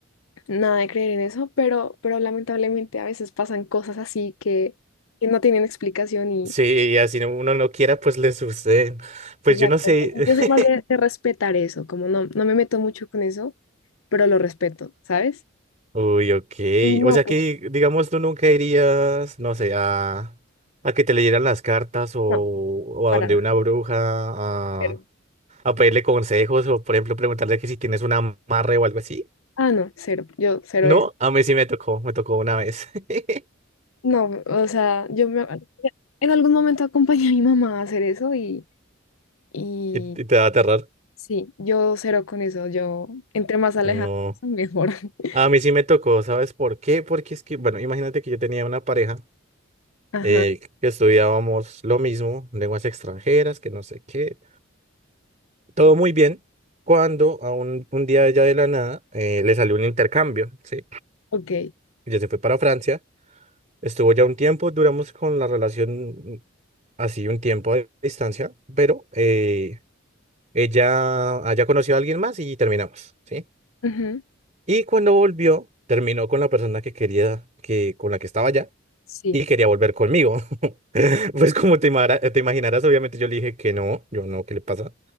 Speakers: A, on the left; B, on the right.
A: nada de creer en eso, pero, pero lamentablemente a veces pasan cosas así que, que no tienen explicación y
B: Sí, y así no- uno no quiera, pues le sucede. Pues
A: exacto.
B: yo no sé,
A: Entonces,
B: <laughs>
A: yo soy más de, de respetar eso, como no, no me meto mucho con eso, pero lo respeto, ¿sabes?
B: Uy, ok.
A: Y no,
B: O sea
A: pues
B: que, digamos, tú nunca irías, no sé, a, a que te leyeran las cartas o, o
A: no,
B: a
A: para
B: donde
A: nada.
B: una bruja a,
A: Cero.
B: a pedirle consejos o, por ejemplo, preguntarle que si tienes un amarre o algo así.
A: Ah, no, cero. Yo cero
B: No,
A: eso.
B: a mí sí me tocó, me tocó una vez. <laughs>
A: No, o sea, yo me... en algún momento acompañé a mi mamá a hacer eso y, y
B: ¿Y, y te va a aterrar?
A: sí, yo cero con eso. Yo, entre más alejado,
B: No.
A: mejor. <laughs>
B: A mí sí me tocó, ¿sabes por qué? Porque es que, bueno, imagínate que yo tenía una pareja
A: Ajá,
B: eh, que estudiábamos lo mismo, lenguas extranjeras, que no sé qué. todo muy bien cuando a un, un día ella de la nada eh, le salió un intercambio, ¿sí?
A: ok.
B: Ella se fue para Francia, estuvo ya un tiempo, duramos con la relación así un tiempo a distancia, pero eh, ella haya conocido a alguien más y terminamos, ¿sí?
A: ujú,
B: Y cuando volvió, terminó con la persona que quería, que, con la que estaba allá
A: Sí,
B: Y quería volver conmigo. <laughs> Pues como te, imara- eh, te imaginarás, obviamente yo le dije que no, yo no, ¿qué le pasa?